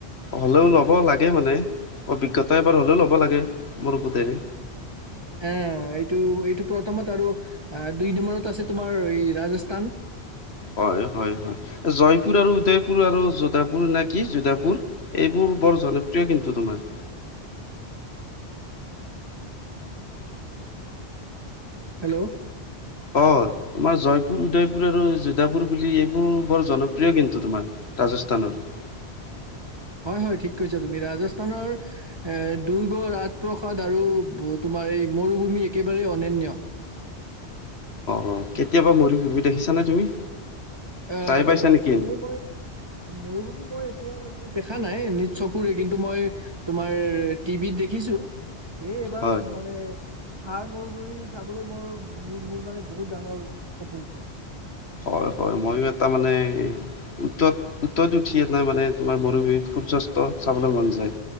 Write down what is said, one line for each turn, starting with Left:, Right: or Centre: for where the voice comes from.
Left: হ'লেও ল'ব লাগে মানে। অভিজ্ঞতা এবাৰ হলেও ল'ব লাগে মোৰ বোতেৰে।
Right: আহ এইটো এইটো প্ৰথমত আৰু দুই নম্বৰত আছে তোমাৰ এই ৰাজস্থান।
Left: হয়, হয়, হয়, জয়পুৰ আৰু উদয়পুৰ আৰু যোধাপুৰ নে কি যোধাপুৰ এইবোৰ। বৰ জনপ্ৰিয় কিন্তু তোমাৰ।
Right: হেল্ল'
Left: অ' তোমাৰ জয়পুৰ উদয়পুৰ আৰু যোদাপুৰ বুলি এইবোৰ বৰ জনপ্ৰিয় কিন্তু তোমাৰ ৰাজস্থানৰ। <unintelligible>
Right: হয়, হয়, ঠিক কৈছা তুমি ৰাজস্থানৰ এ দু ৰাজপ্ৰাদ আৰু তোমাৰ মৰুভূমি একেবাৰেই অনান্য।
Left: অ' কেতিয়াবা মৰি ভুমি দেখিছা নে তুমি।
Right: আহ
Left: চাই পাইছা নেকি
Right: এনেই মই মৰুভৱী মই। এতিয়ালৈকে দেখা নাই নিজ চকুৰে, কিন্তু মই তোমাৰ টিভিত দেখিছো সেই এইবাৰ
Left: হয়
Right: মানে থাৰ মৰুভূমি চাবলৈ মোৰ মোৰ মানে বহুত ডাঙৰ সপোন আছে।
Left: হয়, হয়, মইও এটা মানে উটত উটত উঠি এটা মানে তোমাৰ মৰুভূমিত সূৰ্য চাবলৈ মন যায়